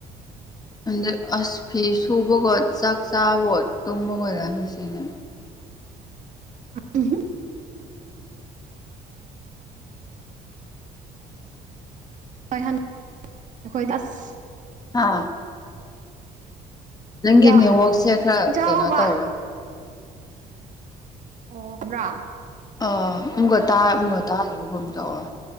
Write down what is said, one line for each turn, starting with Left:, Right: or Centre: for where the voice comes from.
Left: ꯑꯟꯗꯛ ꯑꯁ ꯐꯤꯁꯨꯕꯒ ꯆꯥꯛ ꯆꯥꯕꯒ ꯇꯨꯝꯃꯒ ꯂꯩꯌꯦ ꯉꯁꯤꯅꯦ
Right: ꯎꯝ ꯍꯨꯝ ꯍꯣꯏ ꯍꯟ ꯑꯩꯈꯣꯏꯗꯤ ꯑꯁ
Left: ꯍꯥꯥ ꯅꯪꯒꯤ
Right: ꯌꯥ
Left: ꯅꯦꯠꯋꯥꯔꯛꯁꯦ ꯈꯔ
Right: ꯆꯥꯎꯕ
Left: ꯀꯩꯅꯣ ꯇꯧꯋꯦ
Right: ꯑꯣꯕ꯭ꯔꯥ
Left: ꯑ ꯑꯃꯨꯒ ꯇ ꯑꯃꯨꯛꯒ ꯇꯥꯗꯕꯒꯨꯝ ꯇꯧꯋꯦ